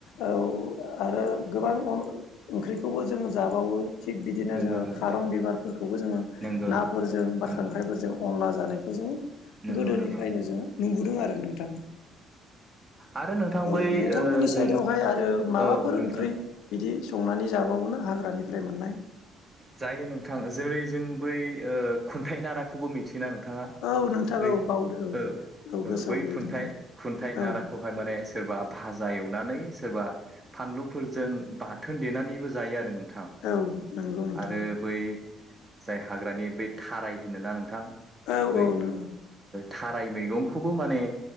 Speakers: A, on the left; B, on the right.
A: औ आरो गोबां अन ओंख्रिखौबो जोंङो जाबावो। थिग बिदिनो
B: नंगौ
A: जोंङो
B: नंगौ
A: खारं बिबारफोरखौबो जोंङो
B: नंगौ
A: नाफोरजों बा
B: नंगौ
A: खांख्राइफोरजों अनला जानाय खौ जोंङो
B: नंगौ
A: गोदोनिफ्रायनो
B: नंगौ
A: जोंङो नुबोदों आरो नोंथां।
B: आरो नोंथां
A: औ
B: बै
A: नोंथांमोननि
B: ओ जों
A: साइदावहाय आरो माबाफोर
B: औ नोंथां
A: ओंख्रि बिदि संनानै जाबावोना हाग्रानिफ्राय मोननाय।
B: जायो नोंथां जेरै जों बै खुन्थाइ नाराखौबो मिथियो ना नोंथाङा
A: औ नोंथां
B: बै
A: औ बावदो
B: औ
A: औ गोसोआव
B: बै
A: गोलैदों
B: खुन्थाइ
A: औ
B: खुन्थाइ नाराखौहाय
A: औ
B: माने सोरबा भाजा एव नानै सोरबा फानलुफोरजों बाथोन देनानैबो जायो आरो नों
A: औ नंगौ नोंथां
B: आरो बै जाय हाग्रानि बै थाराय होनोना नोंथां
A: औ
B: बै
A: औ नो
B: थाराय मैगंखौबो माने